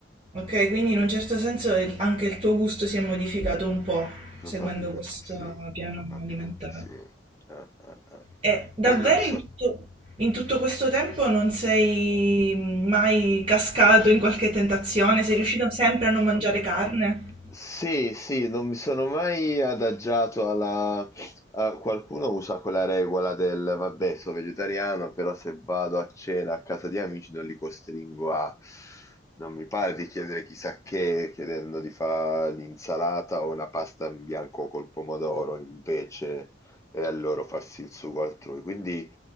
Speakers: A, on the right; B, on the left.
A: ok, quindi in un certo senso il- anche il tuo gusto si è modificato un po'
B: Probabilmente
A: seguendo questo
B: sì,
A: piano
B: probabilmente
A: alimentare.
B: sì. Eh, eh, eh.
A: E davvero
B: Poi non so.
A: in tutto, in tutto questo tempo non sei mm, mai cascato in qualche tentazione? Sei riuscito
B: sì
A: sempre a non mangiare carne?
B: sì, sì, non mi sono mai adagiato alla... a- qualcuno usa quella regola del, vabbè, sono vegetariano, però se vado a cena a casa di amici non li costringo a... Non mi pare di chiedere chissà che, chiedendo di fare l'insalata o una pasta in bianco col pomodoro, invece, e a loro farsi il sugo altrui. Quindi...